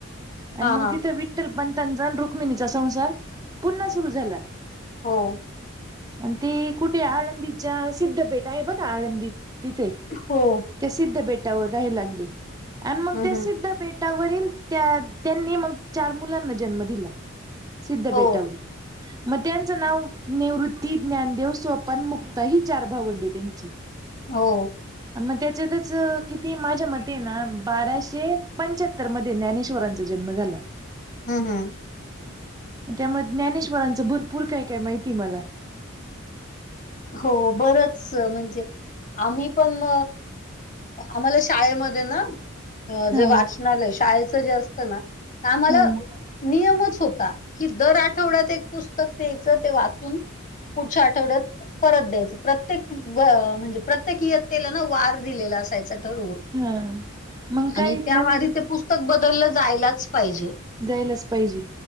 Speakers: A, on the right; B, on the left.
A: आणि
B: हा
A: मग
B: हा
A: तिथं विठ्ठल पंतांचा रुक्मिणीचा संसार पुन्हा सुरू झाला.
B: हो.
A: आणि ती कुठे आळंदीच्या सिद्ध भेट आहे बघ आळंदी तिथे.
B: हो.
A: त्या सिद्ध बेटावर राहे लागली आणि मग
B: हम्म
A: त्या
B: हम्म
A: सिद्ध बेट. टावर त्या त्यांनी मग चार मुलांना जन्म दिला सिद्ध बेटावर.
B: हो
A: मग त्यांचं नाव निवृत्ती, ज्ञानदेव, स्वपन, मुक्ता ही चार भावंडी त्यांची.
B: हो.
A: मग त्याच्यातच किती माझ्या मते ना बाराशे पंच्याहत्र. तर मध्ये ज्ञानेश्वरांचा जन्म झाला.
B: हम्म हम्म.
A: त्यामुळे ज्ञानेश्वरांचं भरपूर काय काय माहिती मला.
B: हो बरच म्हणजे आम्ही पण. आम्हाला शाळेमध्ये ना
A: हा
B: जे वाच. नाही शाळेचं जे असतं ना आम्हाला.
A: हा
B: नियमच होता की दर आठवड्यात एक पुस्तक न्यायचं ते वाचून. पुढच्या आठवड्यात. परत द्यायचं प्रत्येक म्हणजे प्रत्येक इयत्तेला ना वार दिलेला असायचं ठरव.
A: हा मग काय
B: आणि त्यावारी
A: न
B: ते पुस्तक बदललं जायलाच पाहिजे.
A: जायलच पाहिजे